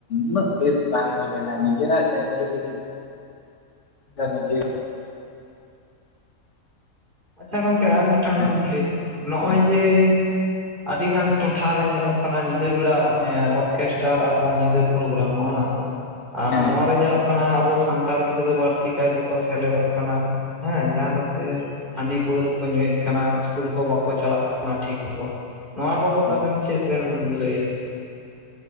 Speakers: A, on the left; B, on the right.
A: ᱩᱱᱟᱹᱜ ᱵᱮᱥ ᱵᱟᱝ ᱦᱩᱭ ᱞᱮᱱᱟ ᱱᱤᱡᱮᱨᱟᱜ ᱤᱭᱟᱹ ᱞᱟᱹᱜᱤᱫ
B: ᱦᱳᱭ
A: ᱫᱚ ᱱᱤᱡᱮ
B: ᱦᱳᱭ ᱟᱪᱪᱷᱟ ᱜᱚᱝᱠᱮ ᱟᱨ ᱢᱤᱫᱴᱟᱝ
A: ᱦᱮᱸ
B: ᱠᱩᱠᱞᱤ ᱱᱚᱜᱼᱚᱭ
A: ᱦᱮᱸ
B: ᱡᱮ ᱟᱹᱰᱤ ᱜᱟᱱ ᱴᱚᱴᱷᱟ ᱨᱮ ᱧᱮᱞᱚᱜ ᱠᱟᱱᱟ ᱧᱤᱫᱟᱹ ᱵᱮᱲᱟ ᱚᱨᱠᱮᱥᱴᱟᱨ ᱟᱨ ᱵᱟᱝ ᱧᱤᱫᱟᱹ ᱯᱨᱳᱜᱨᱟᱢ ᱱᱚᱜᱼᱚ ᱱᱚᱣᱟ ᱠᱚ ᱟᱨ
A: ᱦᱮᱸ
B: ᱱᱚᱣᱟ ᱨᱮ ᱧᱮᱞᱚᱜ ᱠᱟᱱᱟ ᱟᱵᱚ ᱥᱟᱱᱛᱟᱲ ᱜᱤᱫᱽᱨᱟᱹ ᱵᱟᱹᱲᱛᱤ ᱠᱟᱭ ᱛᱮᱠᱚ ᱥᱮᱞᱮᱫᱚᱜ ᱠᱟᱱᱟ ᱦᱮᱸ ᱡᱟᱦᱟᱸ ᱠᱷᱟᱹᱛᱤᱨ ᱦᱟᱺᱰᱤ ᱯᱟᱹᱣᱨᱟᱹ ᱠᱚ ᱧᱩᱭᱮᱫ ᱠᱟᱱᱟ ᱤᱥᱠᱩᱞ ᱠᱚ ᱵᱟᱠᱚ ᱪᱟᱞᱟᱜ ᱠᱟᱱᱟ ᱴᱷᱤᱠ ᱢᱚᱛᱚ ᱱᱚᱣᱟ ᱵᱟᱵᱚᱫ
A: ᱦᱮᱸ
B: ᱟᱵᱮᱱ ᱪᱮᱫ ᱵᱮᱱ ᱞᱟᱹᱭᱟ